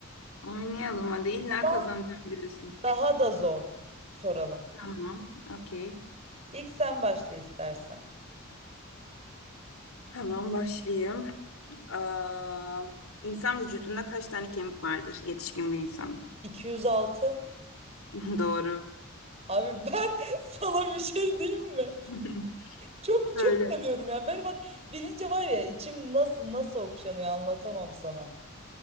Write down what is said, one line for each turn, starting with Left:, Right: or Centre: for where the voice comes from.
Left: Oynayalım hadi illa
Right: Ama
Left: kazanacağım diyorsun.
Right: daha da zor soralım.
Left: Tamam, okey.
Right: İlk sen başla istersen.
Left: Hemen başlayayım. Aa, insan vücudunda kaç tane kemik vardır yetişkin bir insanın?
Right: 206.
Left: <laughs> Doğru.
Right: Abi ben <laughs> sana bir şey diyeyim mi?
Left: <laughs>
Right: Çok
Left: Böyle.
Right: çok seviyorum ya. Ben bak bilince var ya içim nasıl nasıl okşanıyor anlatamam sana.